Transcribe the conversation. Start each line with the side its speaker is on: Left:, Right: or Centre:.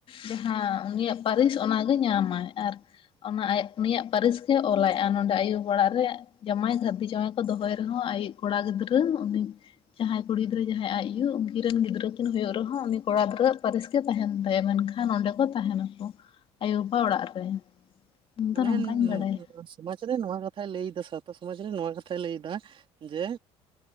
Left: ᱡᱟᱦᱟᱸ ᱩᱱᱤᱭᱟᱜ ᱯᱟᱹᱨᱤᱥ ᱚᱱᱟᱜᱮ ᱧᱟᱢᱟᱭ ᱟᱨ, ᱚᱱᱟ ᱟᱡᱽ ᱩᱱᱤᱭᱟᱜ ᱯᱟᱹᱨᱤᱥ ᱜᱮ ᱚᱞᱟᱭ, ᱟᱨ ᱱᱚᱸᱰᱮ ᱟᱭᱳ ᱵᱟᱵᱟ ᱚᱲᱟᱜ ᱨᱮ ᱡᱟᱢᱟᱭ ᱜᱷᱟᱨᱫᱤ ᱡᱟᱶᱟᱭ ᱠᱚ ᱫᱚᱦᱚᱭᱮ ᱨᱮᱦᱚᱸ ᱟᱡᱤᱡ ᱠᱚᱲᱟ ᱜᱤᱫᱽᱨᱟᱹ ᱩᱱᱤ ᱡᱟᱦᱟᱸᱭ ᱠᱩᱲᱤ ᱜᱤᱫᱽᱨᱟᱹ ᱡᱟᱦᱟᱸᱭ ᱟᱡ ᱟᱭᱩ ᱩᱱᱠᱤᱱ ᱨᱮᱱ ᱜᱤᱫᱽᱨᱟᱹ ᱠᱤᱱ ᱦᱩᱭᱩᱜ ᱨᱮᱦᱚᱸ ᱩᱱᱤ ᱠᱚᱲᱟ ᱜᱤᱫᱽᱨᱟᱹᱣᱟᱜ ᱯᱟᱹᱨᱤᱥ ᱜᱮ ᱛᱟᱦᱮᱱ ᱛᱟᱭᱟ, ᱢᱮᱱ ᱠᱷᱟᱱ ᱚᱸᱰᱮ ᱠᱚ ᱛᱟᱦᱮᱱᱟ ᱠᱚ, ᱟᱭᱳ ᱵᱟᱵᱟ ᱚᱲᱟᱜ ᱨᱮ, ᱤᱧ
Right: ᱢᱟᱱᱮ
Left: ᱫᱚ ᱱᱚᱝᱠᱟᱧ ᱵᱟᱰᱟᱭᱟ᱾
Right: ᱥᱚᱢᱟᱡᱽ ᱨᱮ ᱱᱚᱣᱟ ᱠᱟᱛᱷᱟᱭ ᱞᱟᱹᱭᱫᱟ, ᱥᱟᱶᱛᱟ ᱥᱚᱢᱟᱡᱽ ᱨᱮ ᱱᱚᱣᱟ ᱠᱟᱛᱷᱟᱭ ᱞᱟᱹᱭᱫᱟ ᱡᱮ